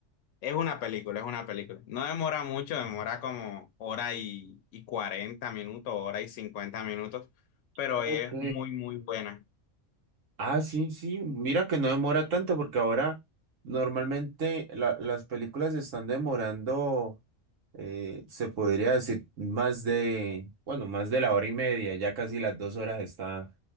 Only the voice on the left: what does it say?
Es una película, es una película. No demora mucho, demora como hora y, y 40 minutos, hora y 50 minutos, pero
es muy, muy buena.